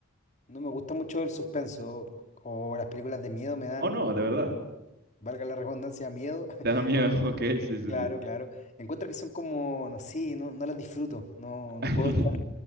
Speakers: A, on the left; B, on the right.
A: no me gusta mucho el suspenso o las películas de miedo me dan,
B: Oh, no, de verdad.
A: valga la redundancia, miedo. <laughs>
B: Te da miedo. <laughs> Ok, sí, sí,
A: Claro,
B: sí.
A: claro. Encuentro que son como, no sé, no, no las disfruto, no,
B: <laughs>
A: no puedo estar